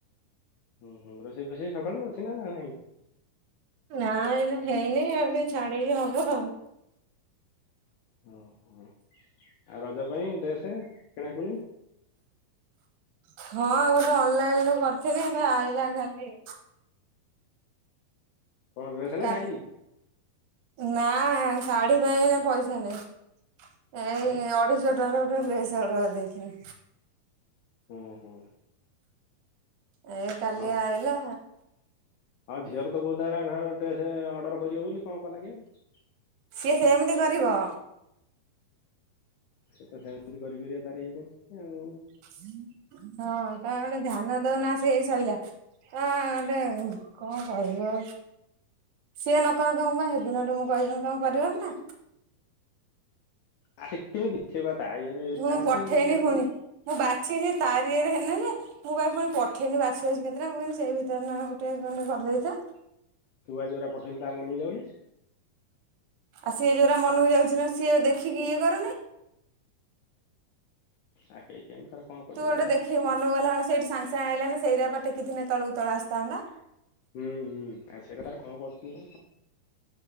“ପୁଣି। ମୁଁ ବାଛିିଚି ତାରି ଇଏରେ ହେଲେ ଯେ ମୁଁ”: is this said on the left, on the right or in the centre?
Right